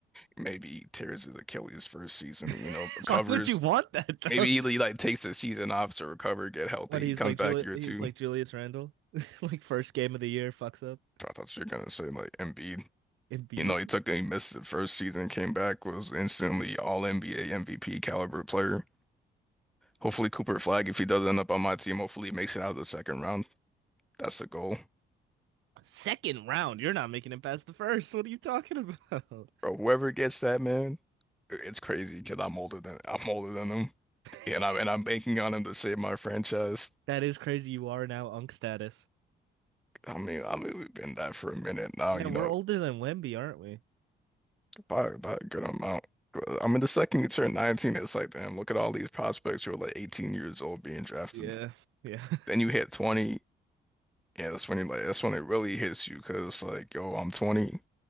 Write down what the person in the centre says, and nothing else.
Maybe he tears his Achilles first season,
you know, recovers.
Maybe he like takes the season off to recover, get healthy.
He comes
back
year
two.
I thought you were gonna say like Embiid.
You know, he took he missed the first season, came back, was instantly all NBA MVP caliber player. Hopefully Cooper Flag, if he does end up on my team, hopefully he makes it out of the second round. That's the goal.
Bro, whoever gets that man, it's crazy because I'm older than I'm older than him,
and I'm and I'm banking on him to save my franchise.
I mean, I mean we've been that for a minute now,
you
know,
by by a good amount. I mean, the second you turn 19, it's like, damn, look at all these prospects who are like 18 years old being drafted.
Then you hit 20, yeah, that's when you like that's when it really hits you because like, yo, I'm 20.